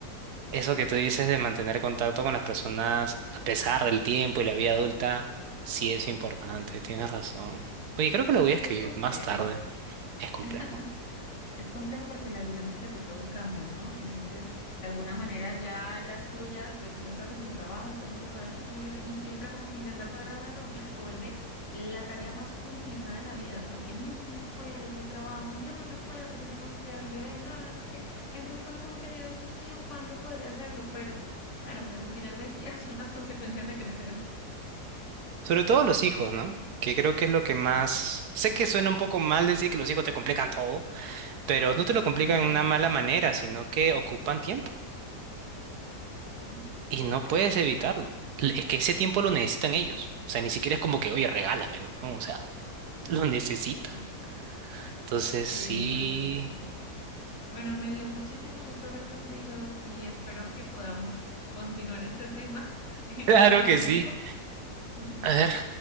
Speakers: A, on the right; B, on the left.
A: eso que tú dices de mantener contacto con las personas a pesar del tiempo y la vida adulta, sí es importante, tienes razón. Oye, creo que lo voy
B: Y
A: a escribir
B: es complejo.
A: más tarde. Es complejo.
B: <laughs> Es complejo porque las dinámicas de todos cambian, ¿no? Entonces, de alguna manera ya las tuyas, pues tú estás en tu trabajo, estás enfocado en lo tuyo y siempre como que intentar cuadrar una reunión se vuelve la tarea más complicada de la vida, porque no, no puedo, yo trabajo, no, no puedo porque tengo que cuidar al bebé, no, no sé qué. Entonces uno como que, Dios mío, ¿cuándo podría hacerlo? Pero bueno, pues al final del día <laughs> son las consecuencias de crecer.
A: Sobre todo los hijos, ¿no? Que creo que es lo que más... Sé que suena un poco mal decir que los hijos te complican todo, pero no te lo complican
B: Pero sí,
A: en una mala manera, sino que ocupan tiempo
B: sí,
A: y no puedes
B: pues
A: evitarlo. L- Es que ese tiempo lo necesitan ellos. O sea, ni siquiera es como que, oye, regálame, ¿no? No, o sea, lo necesitan.
B: <laughs>
A: Entonces,
B: sí,
A: sí.
B: totalmente. Bueno, me dio muchísimo gusto hablar contigo y espero que podamos continuar este tema <laughs> en
A: Claro
B: otro momento.
A: que sí.
B: <laughs>
A: A ver,